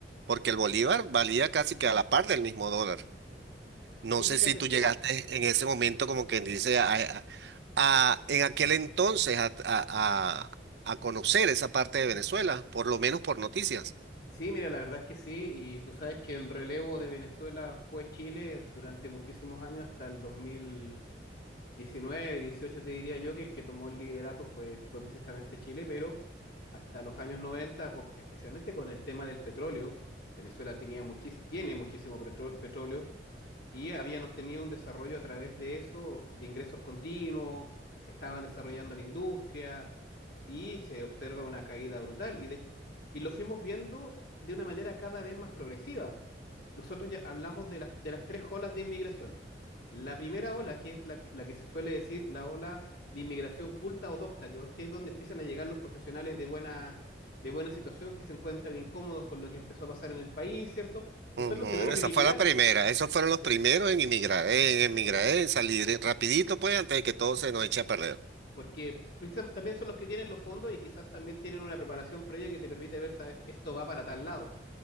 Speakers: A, on the right; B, on the left.
A: porque el bolívar valía casi que a la par del mismo dólar.
B: Sí,
A: No sé
B: fíjate
A: si tú
B: que
A: llegaste en ese momento, como quien dice, a, a- a- en aquel entonces a, a- a- a conocer esa parte de Venezuela, por lo menos por noticias.
B: Sí, mira, la verdad es que sí, y tú sabes que el relevo de Venezuela fue Chile durante muchísimos años, hasta el 2019, 18 te diría yo, que el que tomó el liderato fue, fue precisamente Chile, pero hasta los años 90, co- especialmente con el tema del petróleo, Venezuela tenía muchis- tiene muchísimo petro- petróleo y habían obtenido un desarrollo a través de eso, de ingresos continuos, estaban desarrollando la industria, y se observa una caída brutal. Y, de- y lo fuimos viendo de una manera cada vez más progresiva. Nosotros ya hablamos de las, de las tres olas de inmigración. La primera ola, que es la, que- la que se suele decir la ola de inmigración culta o docta, que, que es donde empiezan a llegar los profesionales de buena, de buena situación que se encuentran incómodos con lo que empezó a pasar en el país, ¿cierto?
A: Ujú,
B: Que son los primeros
A: esa
B: en inmigrar.
A: fue la primera, esos fueron los
B: Ya,
A: primeros en emigrar, en emigrar,
B: ya.
A: en salir eh, rapidito, pues, antes de que todo se nos eche a perder.
B: Porque precisam- también son los que tienen los fondos y quizás también tienen una preparación previa que te permite ver, ¿sabes? Esto va para tal lado.